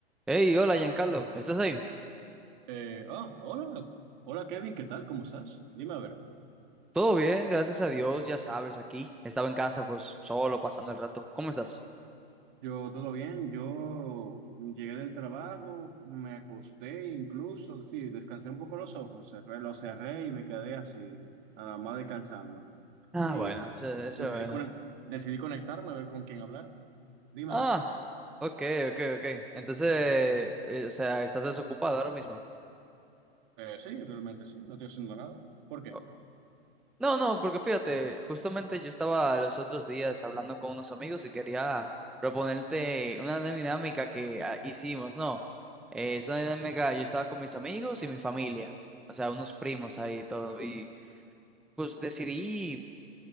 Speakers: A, in the centre; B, on the right (about 50°).
A: Hey, hola Giancarlo, ¿estás ahí?
B: Eh, ah, hola, hola Kevin, ¿qué tal? ¿Cómo estás? Dime a ver.
A: Todo bien, gracias a Dios, ya sabes, aquí. Estaba en casa, pues solo, pasando el rato. ¿Cómo estás?
B: Yo todo bien, yo llegué del trabajo, me acosté incluso, sí, descansé un poco los ojos, cerré, los cerré y me quedé así, nada más descansando.
A: Ah,
B: Y
A: bueno,
B: bueno,
A: eso, eso
B: decidí,
A: es bueno.
B: conec- decidí conectarme a ver con quién hablar. Dime
A: Ah,
B: a ver.
A: ok, ok, ok. Entonces, eh, o sea, ¿estás desocupado ahora mismo?
B: Eh, sí, realmente sí, no estoy haciendo nada. ¿Por qué?
A: Oh, No, no, porque fíjate, justamente yo estaba los otros días hablando con unos amigos y quería proponerte una dinámica que ah, hicimos, ¿no? Eh, es una dinámica, yo estaba con mis amigos y mi familia, o sea, unos primos ahí y todo, y pues decidí.